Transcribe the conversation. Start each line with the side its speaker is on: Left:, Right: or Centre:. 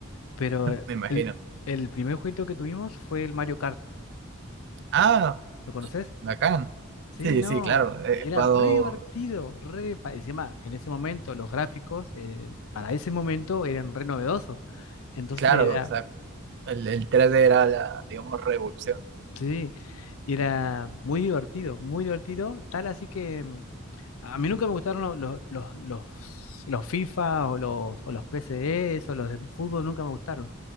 Left: pero eh,
Right: me imagino.
Left: el, el primer jueguito que tuvimos fue el Mario Kart,
Right: Ah,
Left: ¿lo conoces?
Right: bacán.
Left: Sí,
Right: Sí,
Left: no,
Right: sí, claro, he
Left: y era
Right: jugado,
Left: re divertido, re, pa- encima, en ese momento los gráficos eh, para ese momento eran re novedosos, entonces
Right: claro,
Left: era,
Right: o sea, el, el tres d era la, digamos, revolución.
Left: sí, era muy divertido, muy divertido, tal así que mm, a mí nunca me gustaron lo- lo- los, los, los, FIFA o los, o los PCs o los de fútbol, nunca me gustaron,